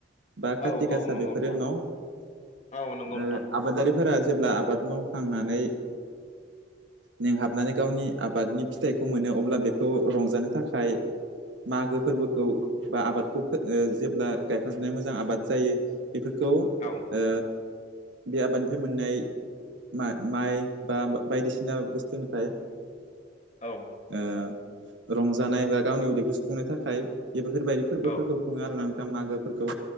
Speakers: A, on the right; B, on the left.
A: बा काति
B: औ
A: गासा
B: औ नंगौ
A: बेफोरो
B: नोंथां
A: न' ओ
B: औ नंगौ नोंथां
A: आबादारिफोरा जेब्ला आबाद मावखांनानै मेंहाबनानै गावनि आबादनि फिथाइखौ मोनो अब्ला बेखौ रंजानो थाखाय मागो फोरबोखौ बा आबादखौ जेब्ला गायखां जोबनाय मोजां आबाद जायो बेफोरखौ
B: औ
A: ओ बे आबादनिफ्राय मोननाय मा माइ बा बायदिसिना बुस्थुनिफ्राय
B: औ
A: ओ रंजानाय बा गावनि उदैखौ सुफुंनो थाखाय बेफोरबायदि फोरबोफोरखौ
B: औ
A: खुङो आरोना नोंथां मागोफोरखौ